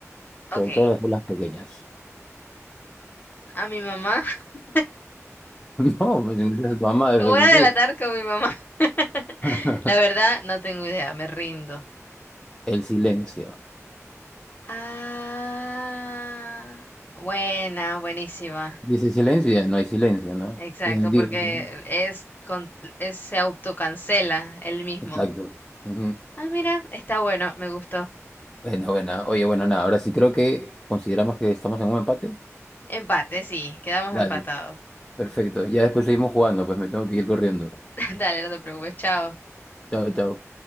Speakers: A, on the left; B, on the left.
A: Ok,
B: sobre todo en las escuelas pequeñas. <laughs>
A: a mi mamá. <laughs>
B: No, pues si me dices tu mamá, dejo
A: Lo
B: de
A: voy
B: existir.
A: a delatar con mi mamá. <laughs>
B: <laughs>
A: La verdad, no tengo idea, me rindo.
B: El silencio.
A: Ah, buena, buenísima.
B: Dice silencio y ya no hay silencio, ¿no?
A: Exacto,
B: Y en- digo,
A: porque
B: ¿no?
A: es con, es- se autocancela el mismo.
B: exacto. Ujú.
A: Ah, mira, está bueno, me gustó.
B: Bueno, bueno. Oye, bueno, nada. Ahora sí creo que consideramos que estamos en un empate.
A: Empate, sí, quedamos
B: Dale.
A: empatados.
B: Perfecto. Ya después seguimos jugando, pues me tengo que ir corriendo.
A: <laughs> Dale, no te preocupes, chao.
B: Chao, chao.